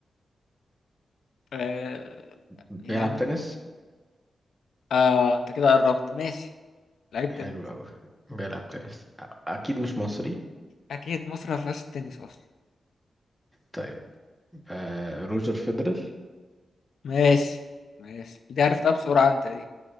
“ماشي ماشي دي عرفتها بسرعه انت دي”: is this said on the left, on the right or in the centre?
Left